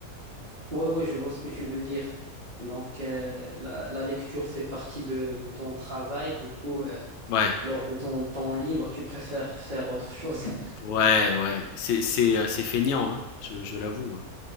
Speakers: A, on the right; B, on the left.
A: Ouais, ouais, je vois ce que tu veux dire. Donc, euh, la, la lecture fait partie de, de ton travail. Du coup, euh,
B: Ouais,
A: lors de ton temps libre, tu préfères faire autre chose. <laughs>
B: ouais, ouais. C'est, c'est, euh, c'est feignant, hein, Je, je l'avoue, hein.